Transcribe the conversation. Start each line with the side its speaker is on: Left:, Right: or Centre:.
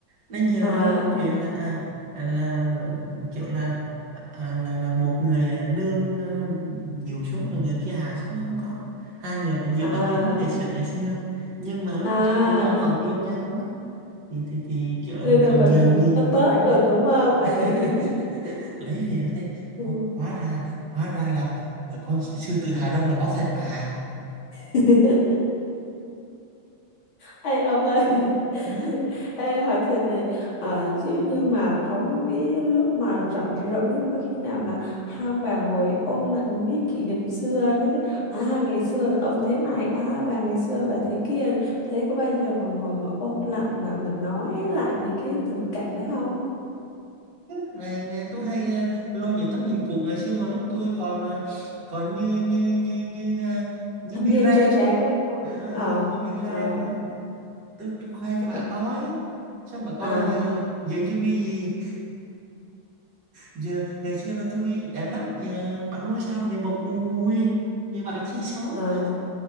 Right: đến giờ
Left: À
Right: đâu có chuyện là à, à, là kiểu là à, là là một người à, nương à, nhiều xuống rồi người kia hạ xuống nó không có hai người vẫn giữ
Left: à
Right: bản tính ngày xưa ngày xưa nhưng mà lúc
Left: à
Right: trước là do còn yêu nhau á thì thì thì kiểu là
Left: lên
Right: mình
Left: rồi
Right: còn
Left: còn
Right: nhường nhịn
Left: bớt bớt
Right: đúng
Left: được
Right: không
Left: đúng không? Ừ.
Right: <laughs>
Left: <laughs>
Right: lấy về nó thấy
Left: Ừ.
Right: ho- hóa ra hóa ra là con sư tử Hà Đông là có thật bà
Left: <laughs> Ê ông ơi
Right: ừ.
Left: <laughs> Ê hỏi thiệt này ờ, Ví dụ như mà có những cái lúc mà rảnh rỗi Có khi nào mà hai ông bà ngồi ôn lại những cái kỷ niệm xưa Nói chứ à ngày xưa là ông thế này À bà ngày xưa bà thế kia Thế có bao giờ mà ngồi mà ôn lại Mà mà nói lại những cái tình cảm đấy không
Right: ngày ngày tôi hay ờ, lôi những tấm hình cũ ngày xưa mà lúc tôi còn ờ, còn như như như như ờ, như
Left: Thanh
Right: Biren
Left: niên trai tráng
Right: nhá
Left: đấy đúng không
Right: à,
Left: Ờ
Right: như như Biren
Left: Ờ
Right: nhá tôi, tôi khoe cho bà
Left: ê,
Right: coi xong bà coi
Left: À
Right: giờ giờ như bi gì giờ ngày xưa là tôi đẹp lắm giờ bạn nuôi sao giờ bọc ui giờ bạn chi xấu
Left: À